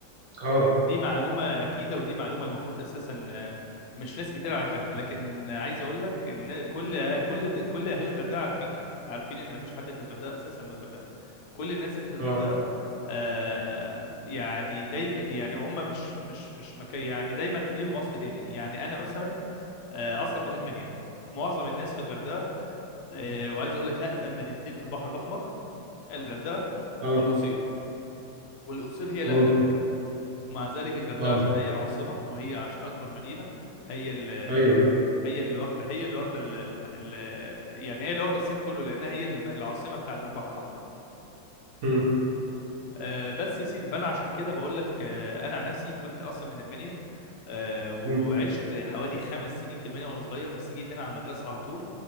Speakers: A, on the right; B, on the left.
A: اه
B: دي معلومة أكيدة ودي معلومة المفروض أساسا آه، مش ناس كتير عارفينها لكن عايز أقول لك إن كل آه، كل كل أهالي الغردقة عارفين كده عارفين إن مفيش حد من الغردقة أساسا من الغردقة كل الناس اللي من الغردقة
A: اه
B: آه يعني دايما يعني هم مش مش مش مكي يعني دايما ليهم أصل تاني يعني أنا مثلا آه، أصلا من المنيا معظم الناس في الغردقة آه، وعايز أقول لك أقدم مدينتين في البحر الأحمر الغردقة
A: اه
B: والقصير والقصير هي الأقدم
A: اه
B: ومع ذلك الغردقه
A: اه
B: عشان هي العاصمه او هي عشان اكبر مدينه هي ال
A: ايوه
B: هي اللي واخده هي اللي واخده ال- ال- ال- يعني هي اللي واخده الصيت كله لانها هي الم- العاصمه بتاعه البحر الاحمر
A: مم،
B: آه، بس يا سيدي فانا عشان كده بقول لك آه، انا عن نفسي كنت اصلا من المنيا آه، وعشت
A: مم،
B: حوالي خمس سنين في المنيا وانا صغير بس جيت هنا على المدرسه على طول